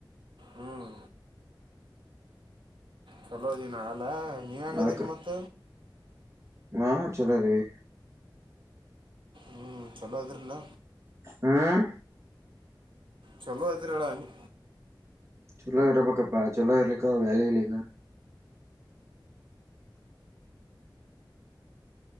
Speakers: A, on the right; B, on the right.
A: ಹ್ಮ್ ಚಲೋದೀ ನಳ ನೀವ್ ಹೆಂಗದಿರಿ
B: ಅದಕ್ಕ
A: ಮತ್ತ
B: ಹಾ ಚಲೋಗಯೇ
A: ಹ್ಮ್ ಚಲೋ ಇದಿರಲ್ಲ
B: ಹ್ಮ್
A: ಚಲೋ ಅದಿರಾಳ ಅನಿ
B: ಚಲೋ ಇರ್ಬೇಕಪ್ಪ ಚಲೋ ಇರ್ಲಿಕಂದ್ರ ವ್ಯಾಲ್ಯೂ ಇಲ್ಲ ಇಗ